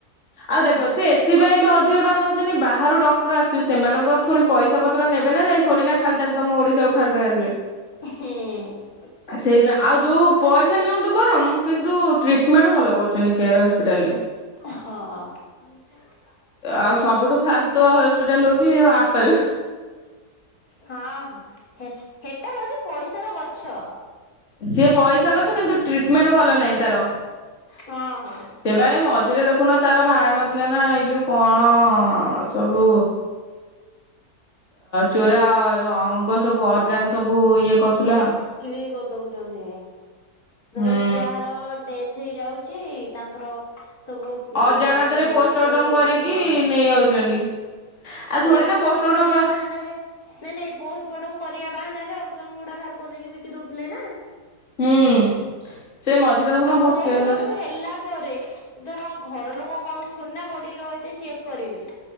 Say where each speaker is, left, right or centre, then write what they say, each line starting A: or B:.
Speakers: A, on the left (about 45°); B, on the left (about 70°).
A: ଆଉ
B: ହୁଁ
A: ଦେଖ ସେ ଏଥିପାଇଁ ବି ଅଧିକ ଟଙ୍କା ନଉଛନ୍ତି, ବାହାରୁ ଡକ୍ଟର ଆସଛି ସେମାନଙ୍କ ପୁଣି ପଇସା ପତ୍ର ନେବେ ନା ନାଇଁ ଥୋଡି ନା ଖାଲଟାରେ ତମ ଓଡ଼ିଶା କୁ ଖାଲିରେ ଆସିବେ।
B: ହୁଁ।
A: ସେଇଥିପାଇଁ ଆଉ ଯୋଉ ପଇସା ନିଅନ୍ତୁ, ବରଂ କିନ୍ତୁ ଟ୍ରିଟମେଣ୍ଟ ଭଲ କରୁଛନ୍ତି କେଆର୍ ହସ୍ପିଟାଲରେ।
B: ହଁ।
A: ଆଉ ସବୁଠୁ ଫାଲତୁ ହସ୍ପିଟାଲ ହଉଛି ଯୋଉ ଆପୋଲ।
B: ହଁ ହଁ ହେଟା ହଉଛି ପଇସାର ଗଛ।
A: ସିଏ ପଇସା ଗଛ କିନ୍ତୁ ଟ୍ରିଟମେଣ୍ଟ ଭଲ ନାହିଁ ତାର।
B: ହଁ ହଁ।
A: ସେବା ମଝିରେ ଦେଖୁନ ତାର ଭାରି ନଥିଲା ନା ଏଇ ଯୋଉ କଣ ସବୁ ଚୋରା ଅଙ୍ଗ ସବୁ ଅର୍ଗାନ ସବୁ ଇଏ କରୁଥିଲା
B: ବିକ୍ରି କରି ଦଉଛନ୍ତି, ଧର
A: ହୁଁ
B: ଯାହାର ଡେଥ ହେଇଯାଉଛି ଯେ ତାଙ୍କର ସବୁ ଉ
A: ଅଜାଣତରେ
B: ଅର୍ଗାନ
A: ପୋଷ୍ଟମର୍ଟମ
B: ଗୁଡାକୁ
A: କରିକି
B: ହଁ
A: ନେଇ ଆଉଛନ୍ତି ଆଉ
B: ପୋଷ୍ଟମର୍ଟମ
A: ଥୋଡି ନା
B: କରିବା
A: ହୁଁ
B: ବାହାନାରେ ନାଇଁ ନାଇଁ ପୋଷ୍ଟମର୍ଟମ କରିବା ବାହାନାରେ ଅର୍ଗାନ ଗୁଡା ବାହାର କରିକି ବିକି ଦଉଥିଲେ ନା।
A: ହୁଁ। ସେ ମଝିରେ ଦେଖୁନ
B: ଆ
A: ବହୁତ
B: ପୋଷ୍ଟମର୍ଟମ
A: କେସ୍
B: ହେଲା ପରେ ଧର ଘର ଲୋକ କଣ ଥଣ୍ଡା ବଡ଼ିର ଏତେ ଚେକ୍ କରିବେ